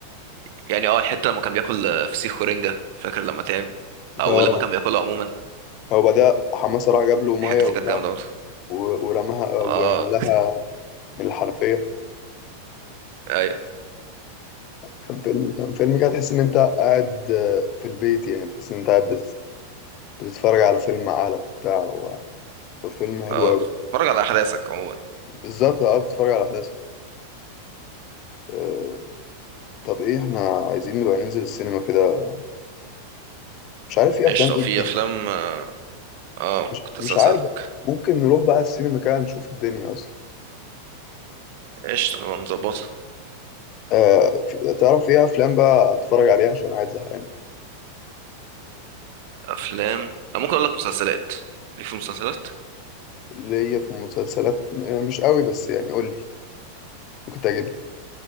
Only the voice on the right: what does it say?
يعني اه الحته لما كان بياكل آه، فسيخ ورنجه فاكر لما تعب او
لما كان بياكلها عموما
الحته
دي كانت جامده برضه
اه
ايوه
اه
اتفرج على احداثك عموما
قشطه
في
افلام اه آه،
كنت
لسه اسالك
قشطه نبقى نظبطها
افلام أنا ممكن اقول لك مسلسلات ليه في مسلسلات